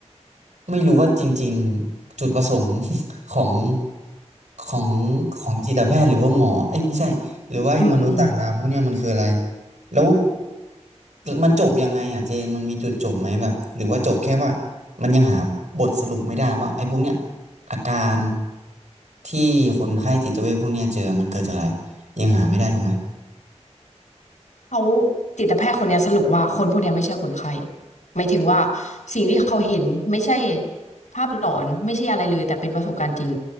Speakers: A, on the right (about 80°); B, on the left (about 85°).
A: ไม่รู้ว่าจริงๆจุดประสงค์ <laughs> ของของของจิตแพทย์หรือว่าหมอเอ้ยไม่ใช่หรือว่าไอ้มนุษย์ต่างดาวพวกเนี้ยมันคืออะไร
B: อืมอืมอืม
A: แล้วมันจบยังไงอ่ะเจนมันมีจุดจบไหมแบบหรือว่าจบแค่ว่ามันยังหาบทสรุปไม่ได้ว่าไอ้พวกเนี้ยอาการที่คนไข้จิตเวชพวกเนี้ยเจอมันเกิดจากอะไรยังหาไม่ได้ถูกไหม
B: เขาจิตแพทย์คนเนี้ยสรุปว่าคนพวกเนี้ยไม่ใช่คนไข้หมายถึงว่าสิ่งที่เขาเห็นไม่ใช่ภาพหลอนไม่ใช่อะไรเลยแต่เป็นประสบการณ์จริง